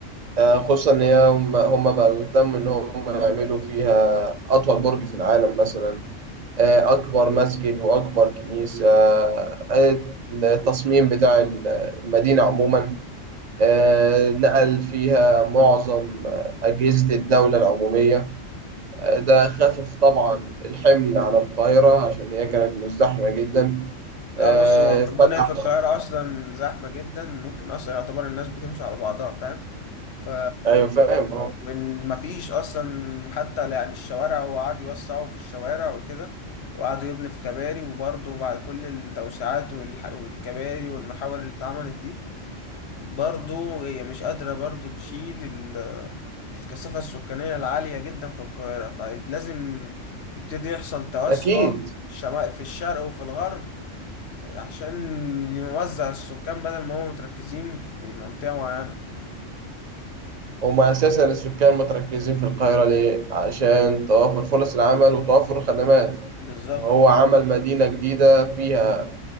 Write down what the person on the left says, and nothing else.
لا
بص هو
الدنيا في القاهرة أصلا زحمة جدا ممكن أصلا يعتبر الناس بتمشي على بعضها فاهم ف
والمفيش أصلا حتى يعني الشوارع هو قعد يوسعوا في الشوارع وكده وقعدوا يبني في كباري وبرضه بعد كل التوسعات والح... والكباري والمحاور اللي اتعملت دي برضه هي مش قادرة برضه تشيل ال... الكثافة السكانية العالية جدا في القاهرة فلازم يبتدي يحصل توسع
في الشما- في الشرق وفي الغرب عشان يوزع السكان بدل ما هم متركزين في منطقة معينة
بالظبط